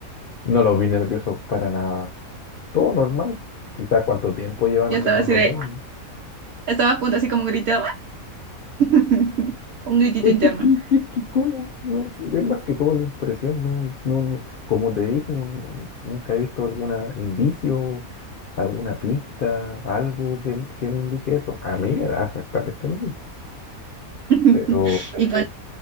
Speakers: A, on the left (about 65°); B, on the right (about 65°).
A: No los vi nerviosos para nada. Todo normal. Quizás cuánto tiempo llevan
B: Yo
A: haciendo
B: estaba así
A: lo
B: de,
A: mismo.
B: estaba a punto así como un grito, <laughs> un gritito
A: ¿Este
B: interno.
A: ¿Qué, qué, qué- cómo? No, se ve más que todo la impresión, no, no, no. Como te dije, no- no- nunca he visto algún indicio, alguna pista, algo que, que me indique eso. A mí me da exactamente lo mismo.
B: <laughs>
A: Pero,
B: Y poner,